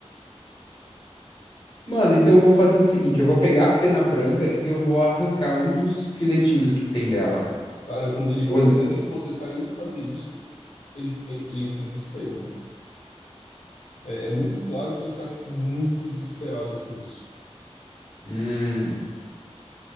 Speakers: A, on the left; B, on the left.
A: Mano, então eu vou fazer o seguinte, eu vou pegar a pena branca e eu vou arrancar um dos filetinhos que tem dela.
B: Cara, quando ele
A: E
B: percebe
A: olh-
B: que você tá indo fazer isso, ele, ele entra em desespero, velho. É, é muito claro que ele tá, tipo, muito desesperado com isso.
A: Hum.